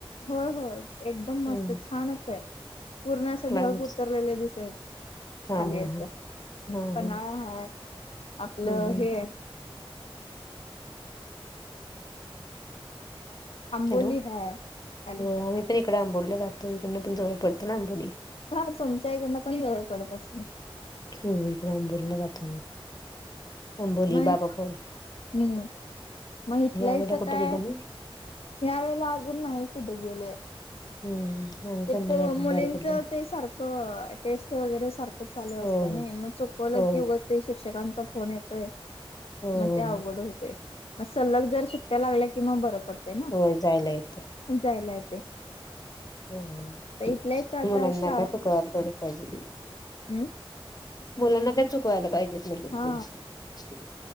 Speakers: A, on the left; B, on the left.
A: होय होय एकदम मस्त
B: हम्म
A: छानचे पूर्ण अस ढग
B: क्लायमेट
A: होतं. होय नी दिसत.
B: हा
A: खाली
B: हा
A: असं,
B: हा
A: उं
B: हा हा
A: पन्हाळा हाय आपलं
B: हम्म हम्म
A: हे आंबोली
B: हॅलो,
A: हाय हॅलो
B: होय आम्ही पण इकडे आंबोलीला जातोय तिकडनं पण जवळ पडतं ना आंबोली.
A: <unintelligible> तुमच्या ईकडनं पण जवळ पडत असंन.
B: हो इकडे आंबोलीला राहताना आंबोली
A: नाही
B: बाबा फोल
A: हम्म म हितल्या हितं
B: वेळेला कुठे
A: काय
B: गेलो नाही
A: ह्या वेळेला अजून न्हाई. कुठे गेले.
B: हम्म. आम्ही
A: ते
B: पण नाही
A: प
B: अजून
A: मुलींच
B: बाहेर पडलो
A: ते सारखं टेस्ट वगैरे सारखं चालू
B: हो
A: असतं नई म चुकवलं
B: हो हो
A: की उगं ते शिक्षकांचा फोन येतोय.
B: हो
A: म
B: हो
A: ते अवघड होतंय म सल्लग जर सुट्ट्या लागल्या कि म बर पड् -ते न
B: हो होय जायला येते
A: जायला येते.
B: हम्म
A: आता इथल्या इथं आता
B: मुलांना
A: श्राव
B: <unintelligible> पायजे.
A: हम्म
B: मुलांना काय चुकवायला पायजेत म्हणलं
A: हा
B: कोणी